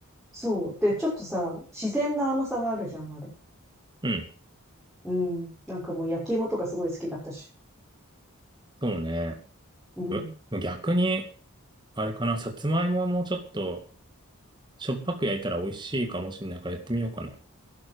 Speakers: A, in the centre; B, on the right.
A: そう。で、ちょっとさ、自然な甘さがあるじゃん、あれ。
B: うん、
A: うん。なんかもう焼き芋とかすごい好きだったし。
B: そうね。
A: うん。
B: う逆に、あれかな、さつまいもはもうちょっと、しょっぱく焼いたら美味しいかもしれないからやってみようかな。